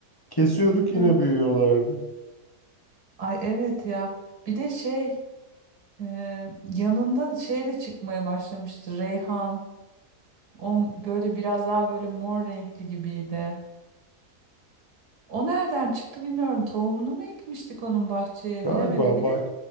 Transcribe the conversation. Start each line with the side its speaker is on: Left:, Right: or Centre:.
Left: Kesiyorduk
Right: Evet.
Left: yine büyüyorlardı.
Right: Ay evet ya. Bir de şey Ee, yanında şey de çıkmaya başlamıştı. Reyhan. O m- böyle biraz daha böyle mor renkli gibiydi. O nereden çıktı bilmiyorum. Tohumunu mu ekmiştik onun bahçeye
Left: Galiba
Right: bilemedim. Bir
Left: bah
Right: de